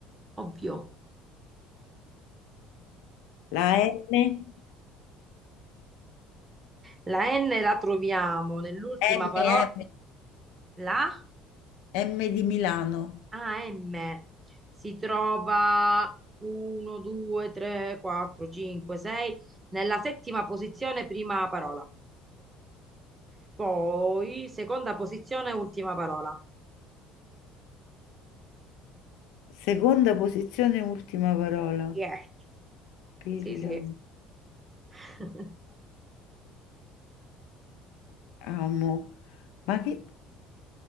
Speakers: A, on the right (about 25°); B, on the left (about 80°).
A: ovvio.
B: La M,
A: La N la troviamo nell'ultima
B: M,
A: parola,
B: M,
A: la
B: M di Milano.
A: AM. Si trova 1, 2, 3, 4, 5, 6 nella settima posizione, prima parola. Poi seconda posizione, ultima parola.
B: Seconda posizione, ultima parola.
A: Yes.
B: Pilla,
A: Sì, sì. <laughs>
B: amo. Ma che...